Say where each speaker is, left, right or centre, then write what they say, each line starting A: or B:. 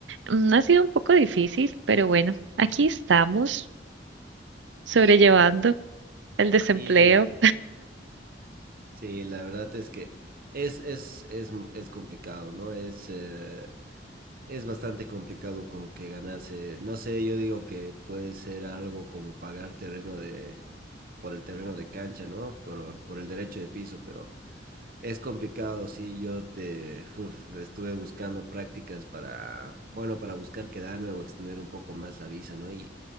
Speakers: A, on the right; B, on the right.
A: mm, ha sido un poco difícil, pero bueno, aquí estamos sobrellevando el desempleo.
B: Y sí, la verdad es que es, es, es, es complicado, ¿no? Es... eh, es bastante complicado como que ganarse. No sé, yo digo que puede ser algo como pagar terreno de, por el terreno de cancha, ¿no? Por, por el derecho de piso, pero es complicado, sí, yo te uf, estuve buscando prácticas para, bueno, para buscar quedarme o extender un poco más la visa, ¿no? Y,